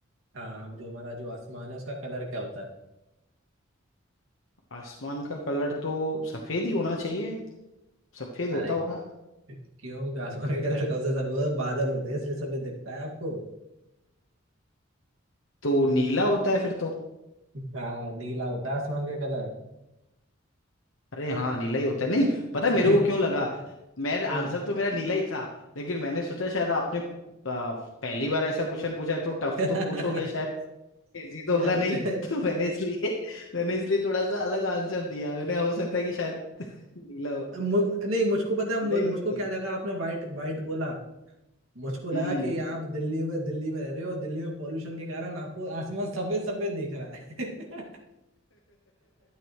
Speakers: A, on the right (about 85°); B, on the left (about 70°).
A: हाँ हम जो हमारा जो आसमान है उसका कलर क्या होता है
B: आसमान का कलर तो सफेद ही होना चाहिए सफेद
A: अरे
B: होता होगा
A: क्यों कि आसमान का कलर कौन सा सफेद बादल होते हैं इसलिए सफेद दिखता है आपको
B: तो नीला होता है फिर तो
A: हाँ नीला होता है आसमान का कलर
B: अरे हाँ नीला ही होता है नहीं पता
A: <laughs>
B: है मेरे को क्यों लगा मैं
A: क्यों
B: आंसर तो मेरा नीला ही था लेकिन मैंने सोचा शायद आपने आ, पहली बार ऐसा क्वेश्चन पूछा है तो टफ
A: यार
B: तो पूछोगे शायद इजी तो
A: च-
B: होगा नहीं <laughs> तो मैंने इसलिए मैंने इसलिए थोड़ा सा अलग आंसर दिया मैंने हो सकता है कि शायद नीला हो
A: मु, नहीं मुझको पता है
B: नीला
A: मु-
B: ही होता
A: मुझको क्या
B: है
A: लगा आपने वाइट वाइट बोला मुझको लगा
B: हम्म
A: कि आप दिल्ली में दिल्ली में रह रहे हो और दिल्ली में पॉल्यूशन के कारण आपको आसमान सफेद सफेद दिख रहा है